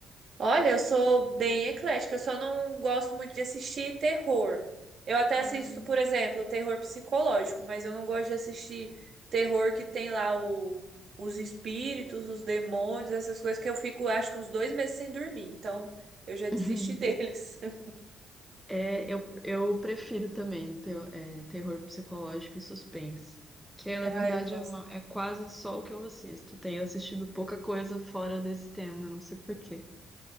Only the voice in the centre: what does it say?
Ah.
<laughs>
É, eu, eu prefiro também te é, terror psicológico e suspense. Que é, na verdade
é, ma- é quase só o que eu assisto. Tenho assistido pouca coisa fora desse tema, não sei por quê.